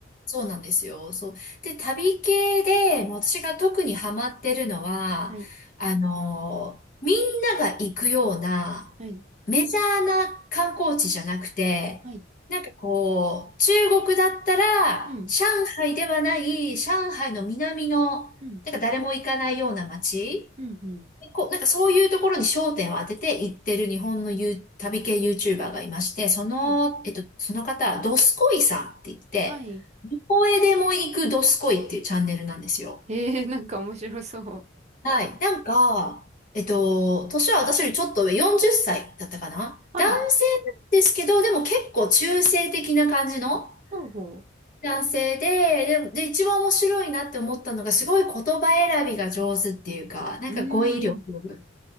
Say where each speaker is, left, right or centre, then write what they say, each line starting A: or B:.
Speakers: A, on the left; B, on the right.
A: そうなんですよ。そう。で、旅系で、もう私が特にハマってるのは、
B: はい、
A: あのーみんなが行くような、
B: はい、
A: メジャーな観光地じゃなくて、
B: はい、
A: なんかこう、中国だったら、
B: うん、
A: 上海ではない、上海の南の、なんか誰も行かないような街
B: うん、うん、うん、
A: こう、なんかそういうところに焦点を当てて行ってる日本のゆう旅系 YouTuber がいまして、その、
B: うん、
A: えっと、その方、ドスコイさんって言って、
B: はい。
A: どこへでも行くドスコイっていうチャンネルなんですよ。
B: えー、なんか面白そう。
A: はい。なんか、えっと、年は私よりちょっと上、40歳だったかな男性なんですけど、
B: はい、
A: でも結構中性的な感じの
B: ほうほ
A: 男性で、で、で、一番面白いなって思ったのが、すごい言葉選びが上手っていうか、なんか語彙力。
B: う。うーん、